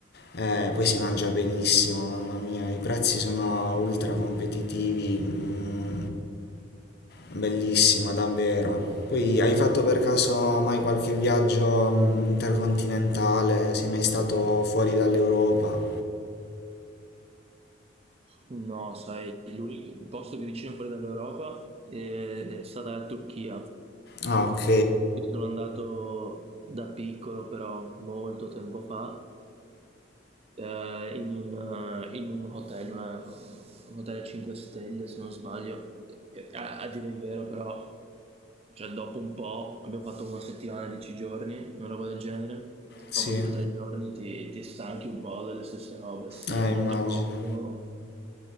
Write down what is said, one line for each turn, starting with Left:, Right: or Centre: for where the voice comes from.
Left: eh, poi si mangia benissimo, mamma mia, i prezzi sono ultra competitivi, mm, Bellissima, davvero. Poi hai fatto per caso mai qualche viaggio mh, intercontinentale? Sei mai stato fuori dall'Europa?
Right: No, sai, l'uni- il posto più vicino fuori dall'Europa è stata la Turchia.
Left: Ah, ok.
Right: Ci sono andato da piccolo, però molto tempo fa, Ehm, in un eh, in un hotel, una un hotel a 5 stelle se non sbaglio, che a a dire il vero però cioè dopo un po' abbiamo fatto una settimana, 10 giorni, una roba del genere,
Left: Sì,
Right: dopo 2 o 3 giorni ti ti stanchi un po' delle stesse robe. Sì,
Left: eh,
Right: è molto
Left: immagino.
Right: comodo